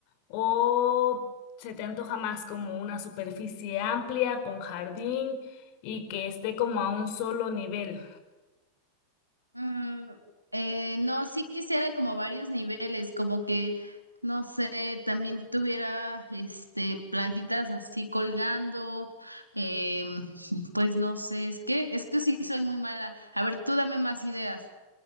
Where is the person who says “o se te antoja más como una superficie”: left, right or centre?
Left